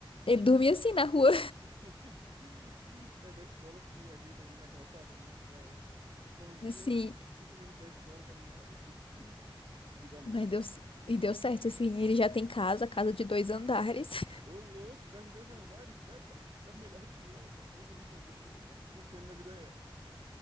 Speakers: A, on the left; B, on the right.
A: Ele dormia assim na rua.
B: <laughs> Sai da escola, se ajeita ali na calçada mesmo, já era. Bom dia,
A: Sim,
B: cinco minutos da escola, caminhada. <laughs> Vida mansa.
A: mas deu, c- e deu certo, assim. Ele já tem casa, casa de dois andares. <laughs>
B: Ô, louco, carro de dois andares, cara, tá, tá melhor que eu. Talvez o lixo é luxo funcione na vida real.